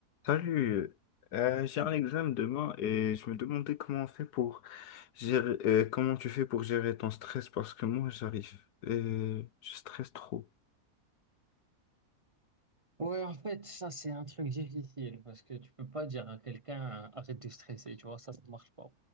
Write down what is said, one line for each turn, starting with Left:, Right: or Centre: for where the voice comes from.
Left: Salut, Euh, j'ai un examen demain et je me demandais comment on fait pour gérer, euh, comment tu fais pour gérer ton stress parce que moi j'arrive, euh, je stresse trop.
Right: Ouais, en fait, ça, c'est un truc difficile parce que tu peux pas dire à quelqu'un arrête de stresser, tu vois, ça, ça marche pas.